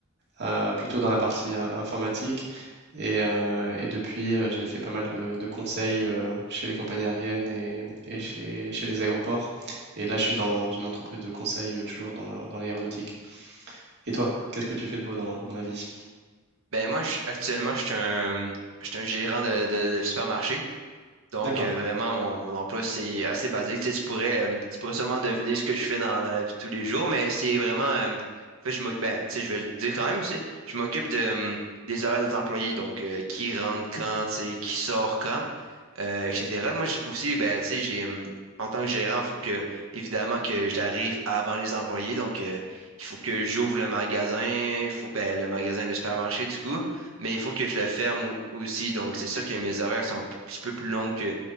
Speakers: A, on the right; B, on the right.
A: euh, plutôt dans la partie euh, informatique. Et, euh, et depuis, euh, j'ai fait pas mal de, de conseils euh, chez les compagnies aériennes et, et chez, chez les aéroports. Et là, je suis dans une entreprise de conseil euh, toujours dans la- dans l'aéronautique. Et toi, qu'est-ce que tu fais de beau dans, dans la vie?
B: Ben, moi, je- actuellement, je suis un, je suis un gérant de, de- de supermarché. Donc,
A: D'accord.
B: euh, vraiment, mon, mon emploi, c'est assez basique. Tu sais, tu pourrais, euh, tu pourrais sûrement deviner ce que je fais dans, dans la vie de tous les jours, mais c'est vraiment. euh, en fait, je m'oc- ben, tu sais, je vais le dire quand même, tu sais, je m'occupe de, euh, des horaires de nos employés. Donc, euh, qui rentre quand, tu sais, qui sort quand. euh, etc. Moi j- aussi, ben, tu sais, j'ai, hum, en tant que gérant, il faut que, évidemment, que j'arrive avant les employés. Donc, euh, il faut que j'ouvre le magasin, il faut, ben, le magasin, le supermarché, du coup, mais il faut que je le ferme au- aussi. Donc, c'est sûr que mes horaires sont un petit peu plus longs que,